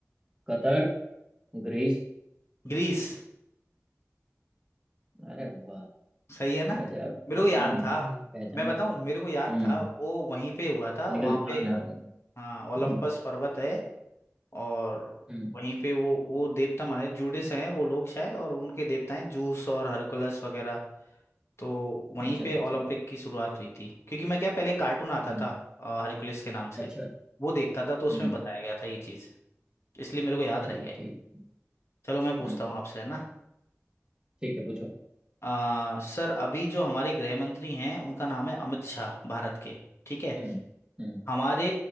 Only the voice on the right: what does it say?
कतर ग्रीस
अरे वाह
गजब
पहचान
है
ये, पहचान
है
हम्म
निकल
आ रहा था लेकिन।
हम्म
हम्म।
अच्छा
अच्छा
अच्छा
हम्म
अच्छा
हम्म
ठीक
ठीक
हम्म
ठीक है पूछो
हम्म हम्म